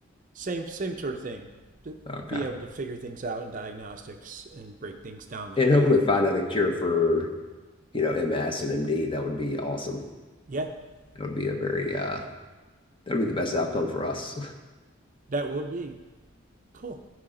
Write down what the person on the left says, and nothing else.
Okay.
and
hopefully find out a cure for, you know, MS and MD. That would be awesome.
That would be a very
uh that would be the best outcome for us.